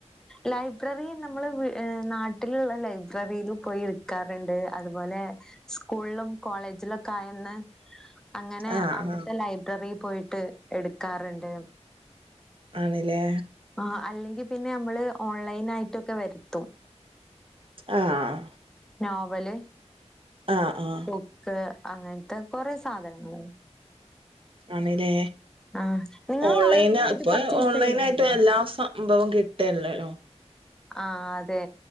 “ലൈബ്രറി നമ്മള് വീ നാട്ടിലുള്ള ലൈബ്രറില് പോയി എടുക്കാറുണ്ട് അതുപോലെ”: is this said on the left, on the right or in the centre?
Centre